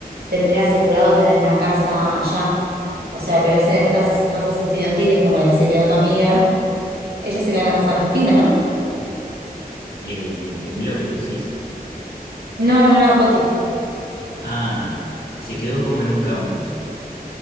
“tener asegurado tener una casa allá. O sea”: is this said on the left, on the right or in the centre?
Right